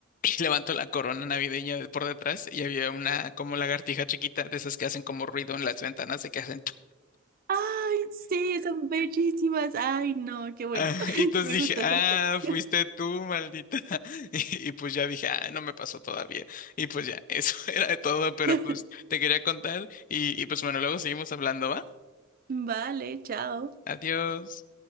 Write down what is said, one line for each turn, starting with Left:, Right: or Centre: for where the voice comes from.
Left: Y levanto la corona navideña de por detrás y había una como lagartija chiquita de esas que hacen como ruido en las ventanas de que hacen. tu-
Right: Ay, sí, son bellísimas. Ay, no,
Left: <laughs>
Right: qué bueno.
Left: Ah,
Right: <laughs>
Left: y entonces
Right: Me
Left: dije,
Right: gustó
Left: ah,
Right: esta historia.
Left: fuiste tú, maldita. <laughs> Y, y pues ya dije, ah, no me pasó todavía. Y pues ya, eso <laughs> era de todo, pero
Right: <laughs>
Left: pues te quería contar. Y, y pues bueno, luego seguimos hablando, ¿va?
Right: Vale, chao.
Left: Adiós.